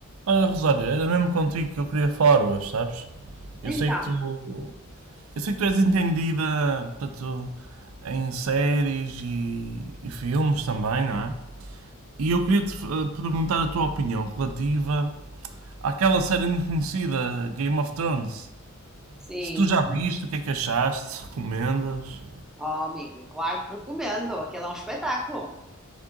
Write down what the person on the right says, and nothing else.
Olha, Rosário, era mesmo contigo que eu queria falar hoje, sabes? Eu
sei que tu. Eu sei que tu és entendida, portanto, em séries e, e filmes também, não é? E eu queria te eh, perguntar a tua opinião relativa àquela série muito conhecida, Game of Thrones.
Se tu já viste, o que é que achaste? Se recomendas?